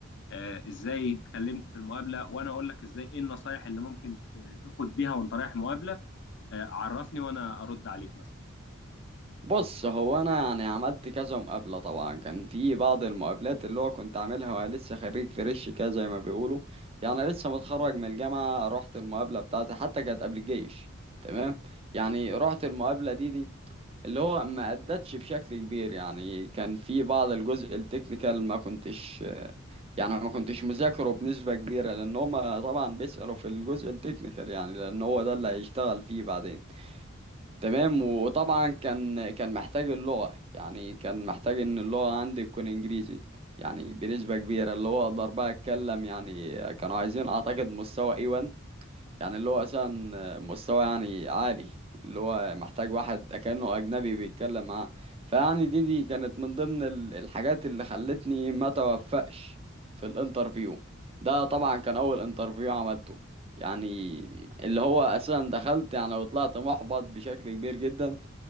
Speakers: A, on the left; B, on the right.
A: آه، إزاي اتكلمت في المقابلة وأنا أقول لك إزاي إيه النصايح اللي ممكن ت- تاخد بيها وأنت رايح مقابلة آه، عرفني وأنا أرد عليك مثلا
B: بص هو انا يعني عملت كذا مقابله طبعا كان في بعض المقابلات اللي هو كنت عاملها وانا لسه خريج فريش كده زي ما بيقولوا يعني لسه متخرج من الجامعه رحت المقابله بتاعتي حتى كانت قبل الجيش تمام يعني رحت المقابله دي دي اللي هو ما ادتش بشكل كبير يعني كان في بعض الجزء التكنيكال ما كنتش يعني ما كنتش مذاكره بنسبه كبيره لان هم طبعا بيسالوا في الجزء التكنيكال يعني لان هو ده اللي هيشتغل فيه بعدين تمام وطبعا كان كان محتاج اللغة يعني كان محتاج ان اللغة عندي تكون انجليزي يعني بنسبة كبيرة اللي هو اقدر بقى اتكلم يعني كانوا عايزين اعتقد مستوى A1 يعني اللي هو أصلا مستوى يعني عالي اللي هو محتاج واحد كأنه أجنبي بيتكلم معاه فيعني دي دي كانت من ضمن ال- الحاجات اللي خلتني ما توفقش في الانترفيو ده طبعا كان أول انترفيو عملته يعني اللي هو أساسا دخلت يعني وطلعت محبط بشكل كبير جدا